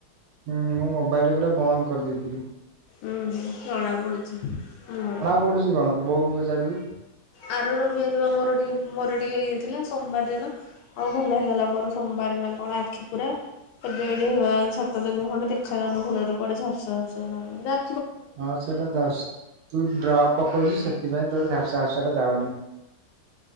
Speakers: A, on the right; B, on the left.
A: ହୁଁ ମୁଁ ମୋବାଇଲ ପୁରା ବନ୍ଦ କରିଦେଇଥିଲି।
B: ଉଁ ହୁଁ ଜଣାପଡୁଛି ମୁହଁ ରୁ।
A: ପଢୁଛି କଣ ବଉକୁ ବଚାରନି।
B: ଆର ରବିବାରେ ମୋର ଟିକେ ମୋର ଟିକେ ଇଏ ଥିଲା ସୋମବାର ଦିନ ହ ଭଲ ହେଇଗଲା ମୋର ସୋମବାର ନା କଣ ଆଖି ପୁରା। ଏବେ ଏଠି ହେଇଗଲାଣି ଶାତ ଦିନି ଖଣ୍ଡେ ଦେଖାଯାଉନି ଭଲରେ କୁଆଡେ, ଝାପ୍ସା ଝାପ୍ସା ଜଣା ପଡୁଚି, ରା
A: ହଁ ସେଇଟା ଝାପ ତୁ ଡ୍ରପ୍ ପକଉଚୁ ସେଥିପାଇଁ ତୋର ଝାପ୍ସା ଟା ଯାଉନି।